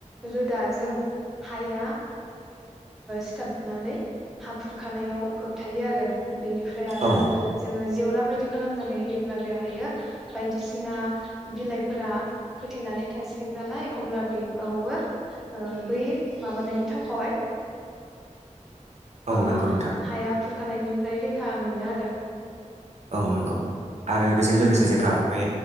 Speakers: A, in the centre; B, on the right (about 60°).
A: रोदाजों हाया सिथाबनानै हा खुरखानायाव होबथायो आरो बेनिफ्राय आरो
B: औ
A: जोङो बायदि खालामनानै होयोब्ला बेहायो बायदिसिना बिलाइफोरा फोथेनानै थासिगोन नालाय अब्ला बेखौबो बै माबानायनि थाखाय
B: औ
A: ओ
B: नंगौ नोंथां
A: हाया खुरखानायनिफ्राय रैखा मोनो आरो
B: औ नंगौ आरो बेजों लोगोसे जोंहा बे